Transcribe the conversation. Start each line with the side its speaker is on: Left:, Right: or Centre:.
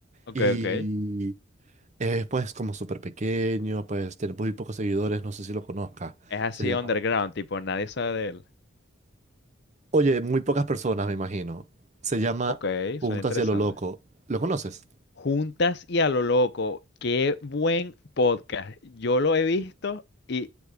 Left: Ok,
Right: Y
Left: ok.
Right: es pues como súper pequeño, pues tiene muy pocos seguidores, no sé si lo conozca.
Left: Es así
Right: Se llama...
Left: underground, tipo, nadie sabe de él.
Right: Oye, muy pocas personas, me imagino. Se llama
Left: Ok,
Right: Juntas
Left: suena interesante.
Right: y a lo loco. ¿Lo conoces?
Left: Juntas y a lo loco, qué buen podcast. Yo lo he visto y